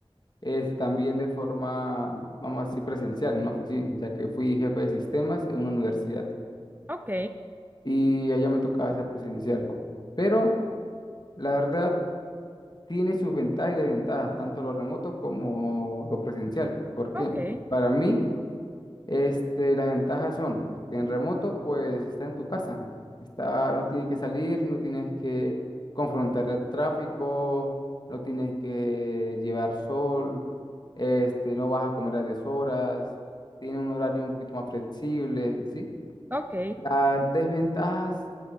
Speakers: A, on the left; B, on the right.
A: este, también de forma, vamos a decir, presencial en una oficina, ya que fui jefe de sistemas en una universidad
B: Ok,
A: y allá me tocaba ser presencial. Pero la verdad tiene sus ventajas y desventajas, tanto lo remoto como lo presencial. ¿Por qué?
B: ok,
A: Para mí, Este, las ventajas son que en remoto, pues está en tu casa, está, no tienes que salir, no tienes que confrontar el tráfico, no tienes que llevar sol, este, no vas a comer a deshoras, tiene un horario un poquito más flexible, ¿sí?
B: ok,
A: Las desventajas